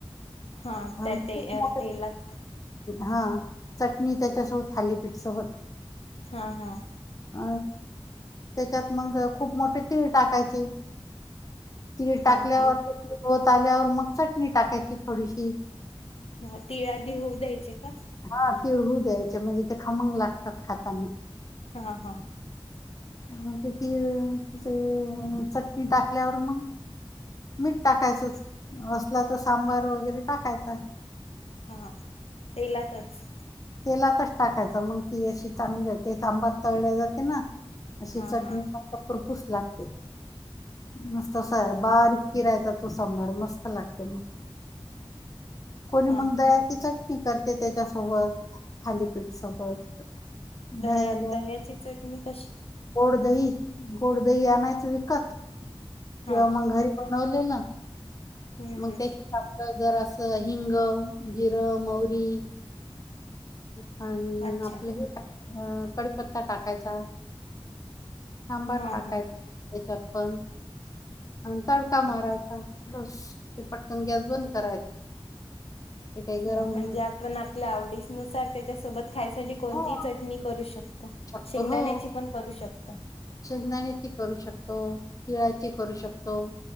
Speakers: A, on the left; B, on the left.
A: हा
B: ठ
A: त्या ते अ, तेलात का
B: हा <unintelligible> चटणी त्याच्यासोबत थालीपीठ सोबत.
A: हा हा.
B: अ त्याच्यात मग खूप मोठी तीळ टाकायची. ती
A: हा
B: टाकल्यावर
A: ती
B: होत आल्यावर मग चटणी टाकायची थोडीशी.
A: हो तीळ आधी होऊ द्यायचे का?
B: हा तीळ होऊ द्यायचे म्हणजे ते खामंग लागतात खाताना
A: हा हा.
B: ग ते तीळ चे चटणी टाकल्यावर मग. मीठ टाकायचंच. असला तर सांबार वगैरे टाकायचा.
A: हा तेलातच?
B: तेलातच टाकायचा. मग ती अशी चांगली सांबर तळल्या जाते ना. अशी
A: हा
B: चटणी
A: हा
B: म खरफूस लागते. मस्तस अस
A: हो
B: बारीक चिरायच तो सांबार मस्त लागते मग. कोणी
A: हा
B: मग दह्याची चटणी करते त्याच्यासोबत. थालीपीठ सोबत.
A: दह्या
B: दह्याला
A: दह्याची चटणी कशी?
B: गोड दही. गोड दही आणायचं विकत. किंवा
A: हा
B: मग घरी बनवलेलं.
A: हम्म
B: मग
A: हम्म
B: त्याच्या आपलं जर असं हिंग, जिरं, मौरी. अ
A: अच्छा
B: आपलं हे कडीपत्ता टाकायचा. सांबार
A: हा
B: टाकायच
A: हा
B: त्याच्यात पण. आणि तडका
A: हा
B: मारायचा बस ते पटकन गॅस बंद करायचा. ते काही गरम
A: ह म्हणजे आपण आपल्या आवडी नुसार. त्याच्यासोबत खायसाठी कोणतीही
B: हो
A: चटणी करू शकतो.
B: शकतो
A: शेंगदाण्याची
B: हो
A: पण करू शकतो.
B: शेंगदाण्याची करू शकतो. तिळाची करू शकतो.